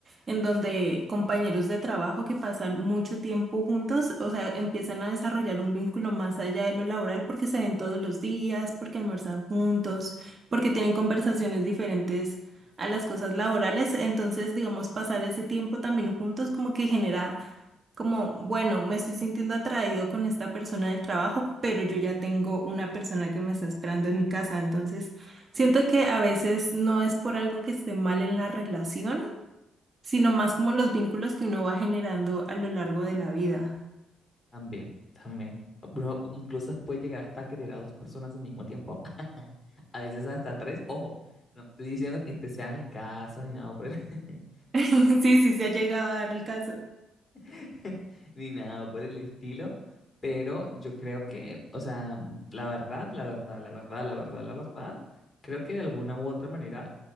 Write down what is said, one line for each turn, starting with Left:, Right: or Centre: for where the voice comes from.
Right: en donde compañeros de trabajo que pasan mucho tiempo juntos, o sea, empiezan a desarrollar un vínculo más allá de lo laboral porque se ven todos los días, porque almuerzan juntos, porque tienen conversaciones diferentes a las cosas laborales. Entonces, digamos, pasar ese tiempo también juntos como que genera como, bueno, me estoy sintiendo atraído con esta persona del trabajo, pero yo ya tengo una persona que me está esperando en mi casa. Entonces, siento que a veces no es por algo que esté mal en la relación, sino más como los vínculos que uno va generando a lo largo de la vida.
Left: También, también. Uno incluso puede llegar hasta a querer a dos personas al mismo tiempo, <laughs> a veces hasta tres. Ojo, no estoy diciendo que este sea mi caso ni nada, pero <laughs>
Right: <laughs> Sí, sí, se ha llegado a dar el caso.
Left: <laughs> ni nada por el estilo, pero yo creo que, o sea, la verdad, la verdad, la verdad, la verdad, la verdad, creo que de alguna u otra manera